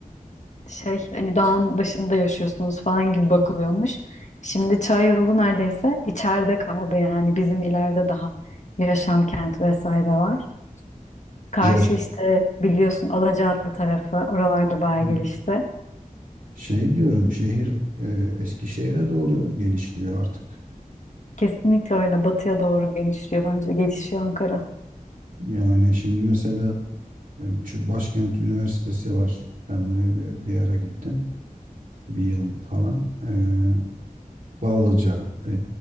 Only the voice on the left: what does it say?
şey hani dağın başında yaşıyorsunuz falan gibi bakılıyormuş. Şimdi Çayyolu neredeyse içeride kaldı yani bizim ileride daha yaşam kent vesaire var. Karşı
işte biliyorsun Alacaatlı tarafı, oralarda bayağı
gelişti.
Kesinlikle öyle batıya doğru genişliyor bence, gelişiyor Ankara.